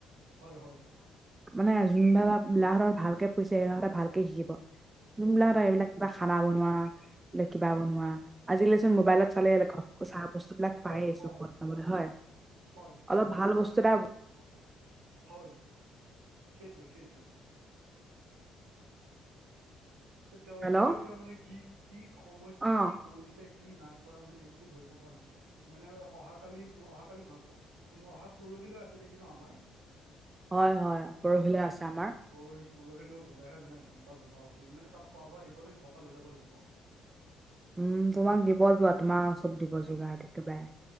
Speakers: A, on the right; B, on the right.
A: হয়, হয়।
B: মানে যোনবিলাক বিলাকহতৰ ভালকে পঢ়ি ছে এইবিলাকাহঁতে ভালকে শিকিব, যোনবিলাকহতে
A: হয়
B: এইবিলাক কা খানা বনোৱা ন কিবা বনোৱা আজিকালি চোন মোবাইলত চালে ঘ চাহ বস্তুবিলাক
A: হয়
B: পায় আছো
A: হয়
B: চব পাবলে হয়,
A: হয়
B: অলপ ভাল বস্তু এটা -
A: হয়, সেইটোৱে সেইটোৱে। তেওঁলোকে
B: হেল্ল'
A: এতিয়া মানে কি কি সময়ত
B: অ
A: কি কৰিছে - কি নাই কৰা মানে একো ধৰিব পৰা নাই।। মানে অহাকালি অহাকালি নহয় অহা পৰহিলৈ আছে নেকি ন আমাৰ?
B: হয়, হয়। পৰহিলে আছে আমাৰ।
A: অ পৰহি পৰহিলৈ গ'লেহে মানে গম পোৱা যাব আও, কি মানে তাত খোৱা বোৱা দিব নে ঘৰ পৰা লৈ যাব লাগিব?
B: উম তোমাক দিব যোৱা তোমাৰ চব দিব যোগাৰ একেবাৰে।